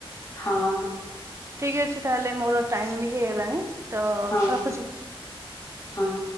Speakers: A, on the left; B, on the right.
A: ହଁ।
B: ଠିକ୍ ଅଛି ତାହେଲେ ମୋର ଟାଇମ ବି ହେଇଗଲାଣି। ତ
A: ହଁ
B: ରଖୁଛି।
A: ହଁ।